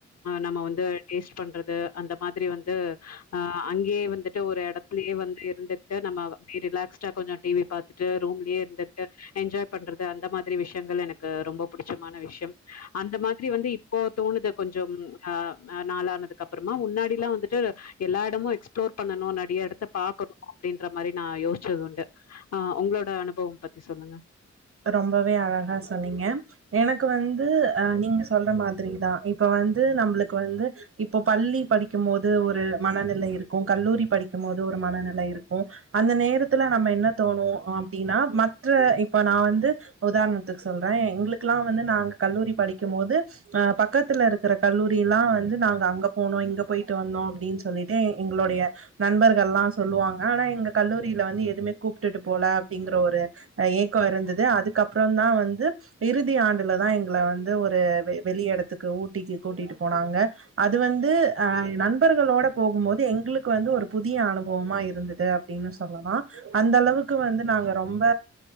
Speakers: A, on the left; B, on the right.
A: நம்ம வந்து டேஸ்ட் பண்றது அந்த மாதிரி வந்து ஆ அங்கேயே வந்துட்டு ஒரு எடத்துலயே வந்து இருந்துட்டு நம்ம அப்பே ரிலாக்ஸ்டா கொஞ்ச டி வி பா ந்துட்டு ரூம்லயே இருந்து என்ஜாய் பண்றது அந்த மாதிரி விஷயங்கள் எனக்கு ரொம்ப புடிச்சமான விஷயம் அந்த மாதிரி வந்து தோணுது கொஞ்சம் ஆ நாளானதுக்கப்பறமா முன்னாடில்லா வந்துட்டு எல்லா எடமு எக்ஸ்ப்ளோர் பண்ணனு நெறய எடத்த பாக்கணு அப்டின்ற மாரி நா யோசிச்சதுண்டு ஆ உங்களோட அனுபவம் பத்தி சொல்லுங்க
B: ரொம்பவே அழகா சொன்னீங்க எனக்கு வந்து அ நீங்க சொல்ற மாதிரிதா இப்ப வந்து நம்மளுக்கு வந்து இப்போ பள்ளி படிக்கும் போது ஒரு மனநிலை இருக்கும் கல்லூரி ப இருக்கும் போது ஒரு மனநிலை இருக்கு அந்த நேரத் த்துல நம்ம என்ன தோணு அப்படின்னா மற்ற இப்ப நா வந்து உதாரணத்துக்கு சொல்றே எங்களுக்கெல்லா வந்து நாங்க கல்லூரி படிக்கும் போது அஹ பக்கத்துல இருக்கிற கல்லூரில்லா வந்து நாங்க அங்க போனோ இங்க போயிட்டு வந்தோ அப்டின்னு சொல்லிட்டு எங்களுடைய நண்பர்கள்லா சொல்லுவாங்க ஆனா எங்க கல்லூரிய வந்து எதுவுமே கூப்ட்டுட்டு போல அப்டிங்கற ஒரு ஏக் அதுக்கப்புறந்தா வந்து இறுதி ஆண்டுல தா எங்கள வந்து ஒரு வெ வெளி எடத்துக்கு ஊட்டிக்கு கூட்டிட்டு போனாங்க அது வந்து அ நண்பர்களோட போகும்போது எங்களுக்கு வந்து ஒரு புதிய ஆ அனுபவமா இருந்தது அப்படின்னு சொல்லலா அந்த அளவுக்கு வந்து நாங்க ரொம்ப